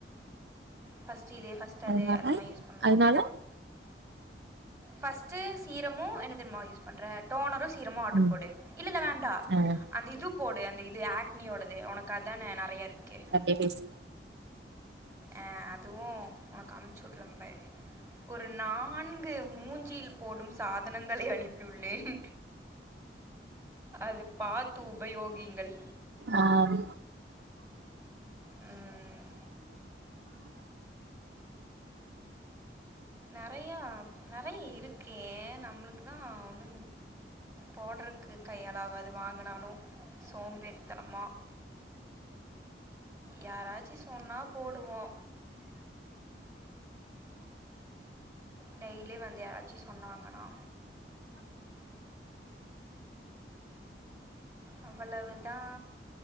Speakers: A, on the right; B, on the right.
A: ஃபஸ்ட்டு இது ஃபர்ஸ்ட்டு அது
B: அதனால
A: அந்த மாரி யூஸ் பண்லா
B: அதனால
A: ஃபர்ஸ்ட்டு சீரமு என்ன தெரியுமா யூஸ் பண்ற டோனரு சீரமு ஆர்டர்
B: ம்
A: போடு இல்ல இல்ல வேண்டா
B: ஆ
A: அந்த இது போடு அந்த இது ஆக்னியோடது உனக்கு அதான நெறய இருக்கு
B: எ ஃபேஸ்
A: அ அதுவு உனக்கு அனுப்ச்சு விடுற பாரு ஒரு நான்கு மூன் ஞ்சில் போடும் சாதனங்களை அனுப்பியுள்ளேன் அது பாத்து உபயோகிங்கள்
B: ஆம்
A: ம், நெறயா நெறய இருக்கே நம்மளு க்கு தா ஒன்னு போட்றக்கு கையாலாவாது வாங்குனாலு சோம்பேறித்தனமா யாராச்சு சொன்னா போடுவோ டெய்லி வந்து யாராச்சு சொன்னாங்கன்னா அவ்வளவு தா